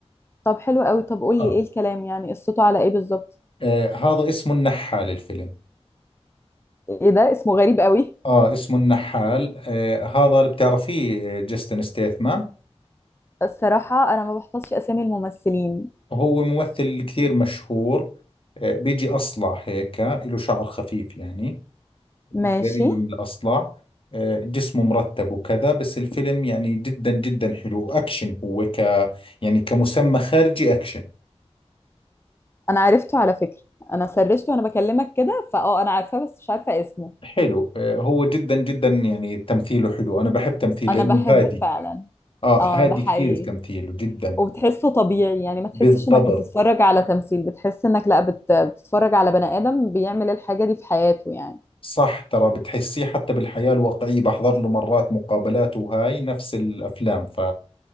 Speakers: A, on the left; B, on the left.
A: طب حلو قوي طب قول لي
B: اه,
A: ايه الكلام يعني قصته على ايه بالظبط
B: آه هذا اسمه النحال الفيلم
A: ايه ده اسمه غريب قوي
B: اه اسمه النحال آه هذا اللي بتعرفيه آه، جاستن ستيثمان
A: الصراحة انا ما بحفظش اسامي الممثلين
B: هو ممثل كثير مشهور آه، بيجي أصلع هيك له شعر خفيف يعني
A: ماشي
B: قريب من الأصلع آه، جسمه مرتب وكذا بس الفيلم يعني جدا جدا حلو أكشن هو ك يعني كمسمى خارجي أكشن
A: انا عرفته على فكرة انا سرشته وانا بكلمك كده فاه انا عارفاه بس مش عارفة اسمه
B: حلو آه، هو جدا جدا يعني تمثيله حلو أنا بحب تمثيله
A: انا
B: لأنه
A: بحبه
B: هادي
A: فعلا
B: آه
A: اه
B: هادي
A: ده حقيقي
B: كثير في تمثيله جدا
A: وبتحسه طبيعي يعني ما تحسش
B: بالضبط
A: انك بتتفرج على تمثيل بتحس انك لا بت... بتتفرج على بني ادم بيعمل الحاجة دي في حياته يعني
B: صح ترى بتحسيه حتى بالحياة الواقعية بحضر له مرات مقابلات وهاي نفس الأفلام ف